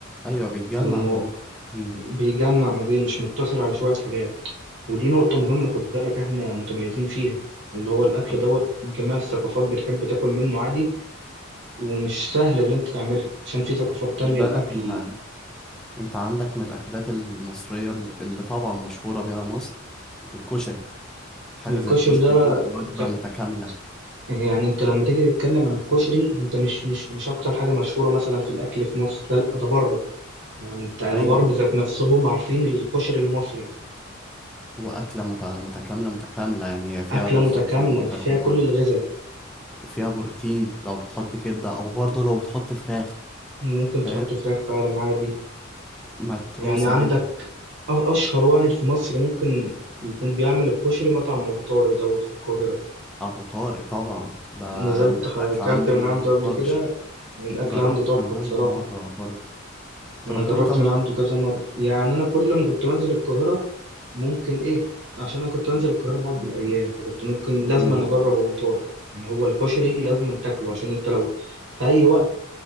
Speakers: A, in the centre; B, on the right.
A: أيوة بيتجمع
B: فالمو
A: ما بين الاتنين
B: بيجمع ما بين مش مقتصر على شويه حاجات ودي نقطة مهمة
A: طب
B: خد بالك احنا متميزين فيها اللي هو الأكل
A: خد
B: دوت جميع الثقافات بتحب تاكل منه عادي ومش سهل اللي انت تعملها عشان في ثقافات
A: خد
B: تانية
A: بالك
B: الأكل
A: أنت أنت عندك من الأكلات المصرية ال- اللي طبعا مشهورة بيها مصر الكشري حاجة
B: الكشري
A: زي الكشري
B: ده
A: دي وجبة
B: ده-
A: متكاملة
B: يعني انت لما تيجي تتكلم عن الكشري انت مش مش مش أكتر حاجة مشهورة مثلا في الأكل في مصر لا لا، ده بره يعني انت الغرب
A: أيوة
B: ذات نفسهم عارفين الكشري المصري
A: وأكلة مت... متكاملة متكاملة يعني هي فيها
B: أكلة
A: رز
B: متكاملة
A: وفيها مكرونة
B: فيها كل الغذاء
A: وفيها بروتين لو بتحط كبدة أو برضه لو بتحط فراخ
B: وممكن
A: فاهم
B: تحط فراخ فعلا عادي
A: متروسة
B: يعني عندك
A: جدا
B: أ- أشهر واحد في مصر ممكن يكون بيعمل الكشري مطعم أبو طارق دوت في القاهرة
A: أبو طارق طبعا ده
B: نزلت
A: الأكل
B: ح- أكلت
A: عنده
B: من عنده قبل
A: طرش
B: كده الأكل
A: جربت
B: عنده تحفة
A: من عنده
B: بصراحة
A: مرة برضه انت
B: انا
A: رحت
B: جربت
A: له كام
B: من
A: مرة
B: عنده كذا مره يعني انا كل ما كنت بنزل القاهره ممكن ايه عشان انا كنت بنزل القاهره بقعد بالايام فكنت ممكن لازم
A: امم
B: أنا اجرب ابو طارق يعني هو الكشري لازم تاكله عشان انت لو في اي وقت